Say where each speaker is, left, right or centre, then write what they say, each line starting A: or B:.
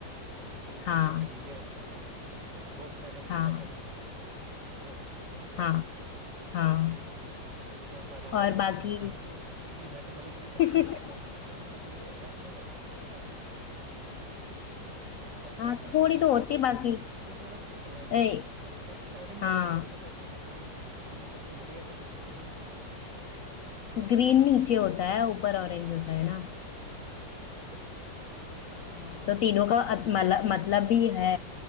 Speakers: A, on the right; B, on the left.
A: बेसिकली
B: हाँ
A: बीच में जो नीले रंग का होता है वो प्रगति
B: हाँ
A: का प्रतीक है ग्रोथ का
B: हाँ हाँ
A: ठीक है वैसे आप बादाम वादाम
B: और
A: खाते
B: बाकी
A: हो क्या मतलब क्योंकि मैं तो कभी कभी कंफ्यूज
B: <laughs>
A: जाता हूँ मतलब ये रंग में तो खास करके कंफ्यूज हो जाता हूँ कि कौन सा
B: हाँ
A: ऊपर है
B: थोड़ी
A: कौन सा नीचे
B: तो होती
A: है
B: है बाकी
A: बीच वाला तो ठीक है वाइट
B: ए,
A: है बट पहले स्टार्टिंग में
B: हाँ
A: होती थी अभी तो खैर फिर भी थोड़ी समझ जब से हो गई है तो फिर इतना नहीं बोलता
B: ग्रीन नीचे होता है ऊपर ऑरेंज होता है ना
A: हाँ हाँ आप
B: हाँ
A: पूछो
B: तो तीनों का अत- मतलब मतलब भी है